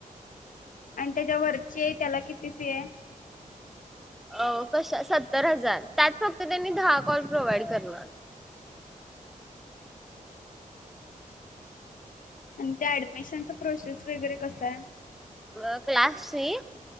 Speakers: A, on the left (about 70°); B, in the centre.
A: आणि त्याच्या वरचे त्याला किती फी ये?
B: अ कश सत्तर हजार त्यात फक्त त्यांनी दहा कॉल प्रोव्हाइड करणार.
A: आणि त्या ऍडमिशनच प्रोसेस वगैरे कस ये?
B: अ क्लासची?